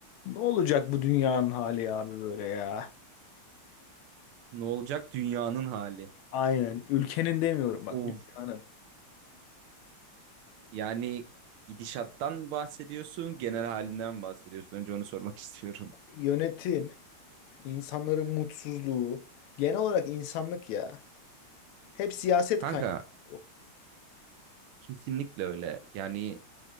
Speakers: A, on the left; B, on the right.
A: Ne olacak bu dünyanın hali abi böyle ya?
B: Ne olacak dünyanın hali?
A: Aynen. Ülkenin demiyorum bak
B: Of.
A: dünyanın.
B: Yani gidişattan bahsediyorsun, genel halinden mi bahsediyorsun? Önce onu sormak <laughs> istiyorum.
A: Yönetim, insanların mutsuzluğu, genel olarak insanlık ya. Hep siyaset
B: Kanka,
A: kaynağı. bu.
B: kesinlikle öyle. Yani